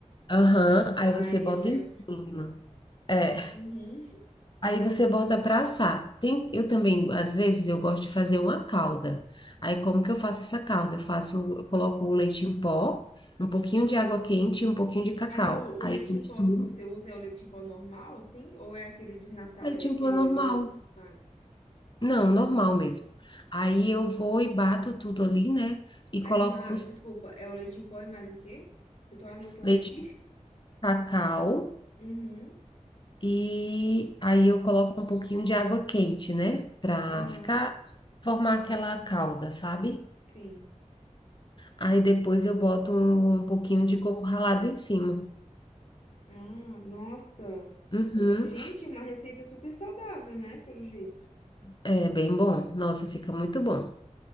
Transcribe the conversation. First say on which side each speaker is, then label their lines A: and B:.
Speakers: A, on the left (about 35°); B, on the left (about 60°).
A: Aham. Aí
B: Ai,
A: você bota
B: eu lembro.
A: em cima. É.
B: Uhum.
A: Aí você bota para assar. Tem, eu também, às vezes, eu gosto de fazer uma calda. Aí, como que eu faço essa calda? Eu faço, eu coloco o leite em pó, um pouquinho de água quente e um pouquinho de cacau.
B: Mas o, o
A: Aí
B: leite
A: eu
B: em
A: misturo
B: pó que você usa é o leite em pó normal, assim? Ou é aquele desnatado,
A: leite
B: é
A: em
B: aquele
A: pó normal.
B: leite? Ah,
A: Não, normal mesmo. Aí eu vou e bato tudo ali, né? E
B: mas
A: coloco
B: então, é-
A: por ci-
B: desculpa, é o leite em pó e mais o quê? Eu tô anotando
A: leite
B: aqui.
A: de
B: <laughs>
A: cacau
B: Uhum,
A: e aí eu coloco um pouquinho de água quente, né? Pra
B: aham,
A: ficar, formar aquela calda, sabe?
B: sim.
A: Aí depois eu boto um, um pouquinho de coco ralado em cima.
B: Ah, nossa.
A: Uhum.
B: Gente, uma receita super saudável, né? Pelo jeito.
A: É bem bom. Nossa, fica muito bom.